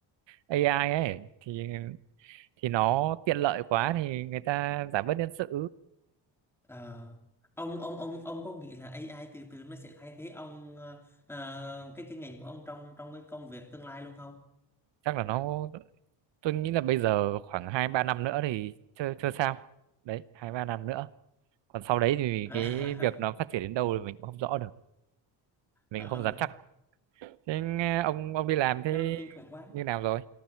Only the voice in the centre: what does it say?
Ờ, ông ông ông ông có nghĩ là AI từ từ nó sẽ thay thế ông ờ, ờ, cái cái ngành của ông trong trong cái công việc tương lai luôn không?
<laughs>
À,
ờ,
ừ,
nó nó kinh khủng quá.